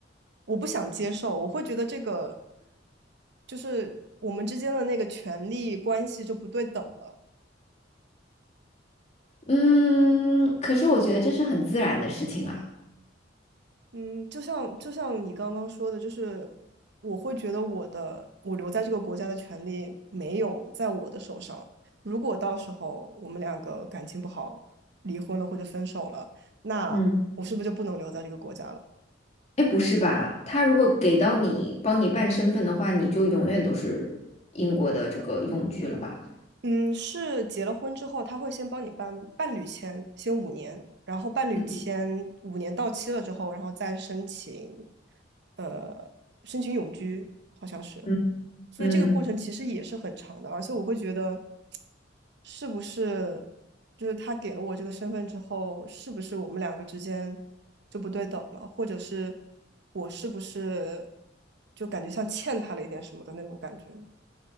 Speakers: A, on the right; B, on the left.
A: 我不想接受，我会觉得这个就是我们之间的那个权利关系就不对等了。
B: 嗯，可是我觉得这是很自然的事情啊。
A: 嗯，就像就像你刚刚说的，就是我会觉得我的我留在这个国家的权利没有在我的手上。如果到时候我们两个感情不好，离婚了或者分手了，那我是不是就不能留在这个国家了？
B: 嗯。哎，不是吧？他如果给到你帮你办身份的话，你就永远都是英国的这个永居了吧？
A: 嗯，是结了婚之后，他会先帮你办伴侣签，先五年，然后伴侣签五年到期了之后，
B: 嗯
A: 然后再申请，呃，申请永居，好像是。
B: 嗯
A: 所以这个过程其实也是很长的，
B: 嗯，
A: 而且我会觉得，是不是就是他给了我这个身份之后，是不是我们两个之间就不对等了，或者是我是不是就感觉像欠他了一点什么的那种感觉？